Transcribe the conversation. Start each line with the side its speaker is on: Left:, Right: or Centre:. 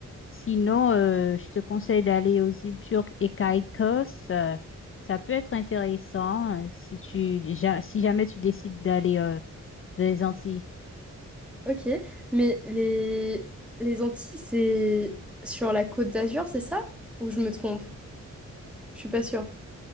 Left: Sinon, euh, je te conseille d'aller aux îles Turques et Caïcos. euh, ça peut être intéressant euh, si tu déjà, si jamais tu décides d'aller euh, dans les Antilles.
Centre: ok. Mais les, les Antilles, c'est sur la Côte d'Azur, c'est ça? Ou je me trompe? Je suis pas sûre.